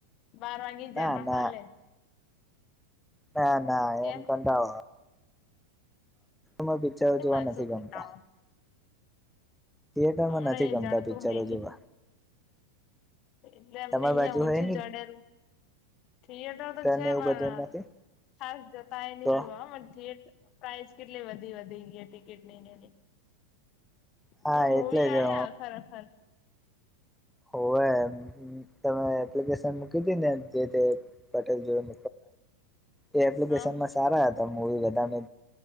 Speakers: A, on the left (about 40°); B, in the centre.
A: બાર વાગી
B: ના
A: જાય પણ
B: ના
A: હાલે હે
B: ના ના
A: કેમ
B: એમ કતા માં પિક્ચર જોવા
A: એમાં
B: નથી
A: શું
B: ગમતા
A: કંટાળો
B: થિયેટર
A: હમણાં
B: માં નથી
A: એ
B: ગમતા
A: જડતું
B: પિક્ચરો
A: હોય
B: જોવા
A: એટલે અમને
B: તમારી
A: અહિયાં
B: બાજુ
A: ઓછું
B: હોય ને
A: જડે થિયેટર તો છે
B: ને એવું
A: પણ
B: બધું નથી
A: ખાસ જતા એ નહી
B: તો
A: જોવા થિયેટર પ્રાઇઝ કેટલી વધી વધી ગયા ટિકિટ લઈને
B: હા
A: અમે મૂવી
B: એટલે જ
A: આ્યા ખરેખર
B: હોવે તમે એપ્લિકેશન મૂકી હતી ને જે તે પટેલ જોડ એ એપ્લિકેશનમાં
A: હા
B: સારા હતા મુવી બધાને